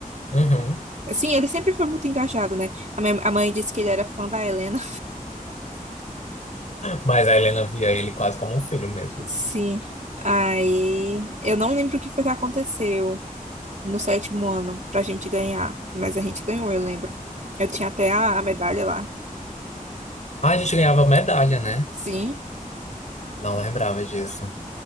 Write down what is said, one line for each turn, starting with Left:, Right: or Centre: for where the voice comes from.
Left: Uhum.
Right: Sim, ele sempre foi muito engajado, né? A minha- a mãe disse que ele era fã da Helena.
Left: Mas a Helena via ele quase como um filho mesmo.
Right: Sim. Aí, eu não lembro o que foi que aconteceu no sétimo ano pra gente ganhar, mas a gente ganhou, eu lembro. Eu tinha até a, a medalha lá.
Left: Ah, a gente ganhava medalha, né?
Right: Sim,
Left: Não lembrava disso.